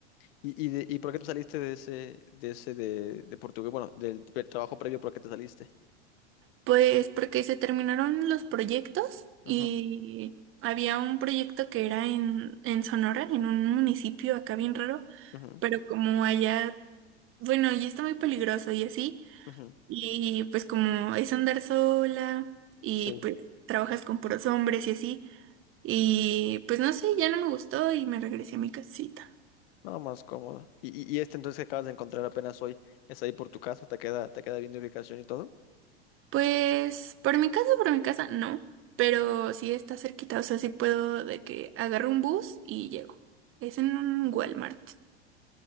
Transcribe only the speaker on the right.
Pues porque se terminaron los proyectos
y había un proyecto que era en, en Sonora, en un municipio acá bien raro,
pero como allá, bueno, ya está muy peligroso y así.
Y pues como es andar sola y
pues trabajas con puros hombres y así. Y pues no sé, ya no me gustó y me regresé a mi casita.
Pues por mi casa, por mi casa, no. Pero sí está cerquita, o sea, sí puedo de que agarro un bus y llego. Es en un Walmart.